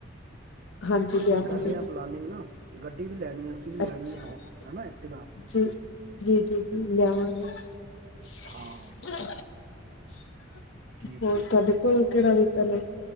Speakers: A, on the left (about 80°); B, on the right (about 50°).
A: ਹਾਂਜੀ
B: ਅਸੀਂ
A: ਲਿਆਵਾਂਗੇ
B: ਵੀ ਕਰ ਰਹੇ ਹ
A: ਜੀ
B: ਪਲਾਨਿੰਗ ਨਾ- ਗੱਡੀ ਵੀ
A: <unintelligible>
B: ਲੈਣੀ ਹੈ ਅਸੀਂ ਵੀ ਲੈਣੀ ਹੈ ਹਨਾ ਐਕਟਿਵਾ ਹਾਂ
A: <unintelligible>
B: ਠੀਕ
A: ਕਿਹੜਾ ‌ਬੂਟਾ ਲਾਏ